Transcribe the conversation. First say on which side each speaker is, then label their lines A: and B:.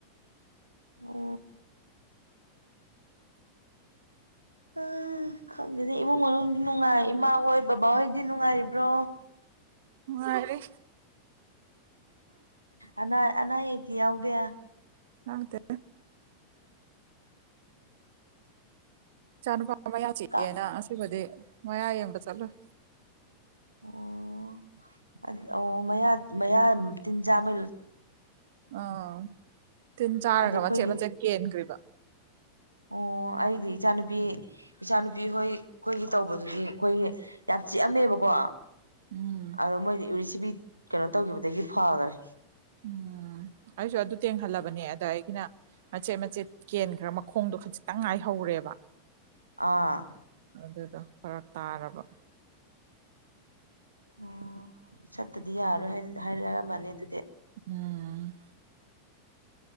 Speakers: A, on the right; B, on the right.
A: ꯑꯣ ꯎ ꯈꯪꯗꯦꯗꯦ ꯏꯃꯨꯡ ꯃꯅꯨꯡꯗꯤ ꯅꯨꯡꯉꯥꯏ ꯏꯃꯥ ꯍꯣꯏ ꯕꯕꯥꯍꯣꯏꯗꯤ ꯅꯨꯡꯉꯥꯏꯔꯤꯕ꯭ꯔꯣ
B: ꯅꯨꯉꯥꯏꯔꯤ
A: ꯑꯅꯥ ꯑꯅꯥ ꯑꯌꯦꯛꯇꯤ ꯌꯥꯎꯗꯦ
B: ꯌꯥꯎꯗꯦ ꯆꯆꯥ ꯅꯨꯨꯄꯥ ꯃꯌꯥ ꯆꯤꯛꯑꯦꯅ
A: ꯀ
B: ꯑꯁꯤꯕꯨꯗꯤ ꯃꯌꯥ ꯌꯦꯡꯕ ꯆꯠꯂꯣꯏ
A: ꯑꯣ ꯑ ꯑꯣ ꯃꯌꯥ ꯃꯌꯥ ꯇꯤꯟꯖꯥꯃ
B: ꯑꯥ ꯇꯤꯟ ꯆꯥꯔꯒ
A: ꯑꯗꯣ ꯑꯩꯈꯣꯏꯒꯤ
B: ꯃꯆꯦꯠ ꯃꯆꯦꯠ ꯀꯦꯟꯈ꯭ꯔꯤꯕ
A: ꯑꯣ ꯑꯩꯗꯤ ꯏꯆꯥꯅꯨꯄꯤ ꯏꯆꯥꯅꯨꯄꯤ ꯍꯣꯏ ꯑꯩꯈꯣꯏꯒꯤ ꯇꯧꯕꯗꯨꯗꯤ ꯑꯩꯈꯣꯏꯒꯤ ꯌꯥꯝ ꯆꯤꯛꯑꯝꯃꯦꯕꯀꯣ
B: ꯎꯝ
A: ꯑꯗꯣ ꯃꯣꯏꯗꯤ ꯎꯔꯤꯁꯤ ꯁꯤꯕꯤ ꯀꯩꯅꯣ ꯇꯧꯈꯤꯕꯗꯒꯤ ꯐꯈꯔꯦ
B: ꯎꯝ ꯑꯁꯨ ꯑꯗꯨ ꯇꯦꯡꯡ ꯍꯂ ꯅꯦ ꯑꯗ ꯑꯩꯒꯤꯅ ꯃꯆꯦꯠ ꯃꯆꯦꯠ ꯀꯦꯟꯈ꯭ꯔ ꯃꯈꯣꯡꯗꯣ ꯈꯖꯤꯛꯇꯪ ꯉꯥꯏꯍꯧꯔꯦꯕ
A: ꯑꯥ
B: ꯑꯗꯨꯗꯣ ꯐꯔ ꯇꯥꯔꯕ
A: ꯑꯣ ꯆꯠꯇꯗꯤ ꯌꯥꯔꯣꯏ ꯍꯥꯏꯔꯝꯃꯅꯤ ꯑꯗꯨꯗꯤ
B: ꯎꯝ